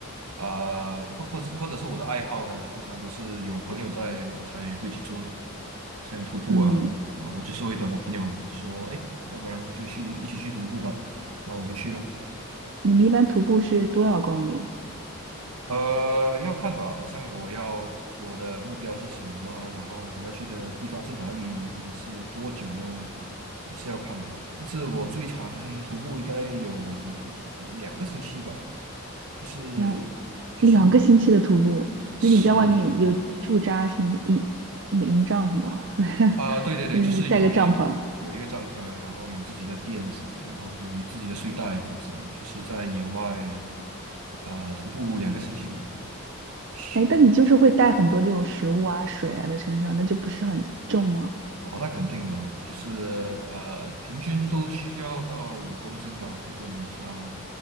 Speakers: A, on the right (about 85°); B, on the right (about 55°).
A: 啊，或或者或者是我的爱好呢，通常都是有朋友在我才会去做的，像徒步啊啊，
B: 嗯，
A: 我就是会等我朋友说，哎，要不然就去一起去徒步吧，然后我就去了。
B: 你们一般徒步是多少公里？
A: 呃，要看吧，好像我要我的目标是什么，然后我要去的地方是哪里，或者是多久呢，也是要看的。但是我最长徒步应该有两个星期吧，就是
B: 两
A: 就是
B: 两个星期的徒步，
A: 是
B: 就你在外面有驻扎什么的营，什么营帐什么啊，<laughs>
A: 啊、对对对，
B: 就那个带个帐篷。
A: 就是有一有一个帐篷，然后有自己的垫子，然后有自己的睡袋，这样子，就是在野外啊、呃徒步两个星期吧，是。
B: 哎，但你就是会带很多这种食物啊、水啊在身上，那就不是很重吗？
A: 哦，那肯定了，就是呃，平均都需要到五公斤吧。如果你要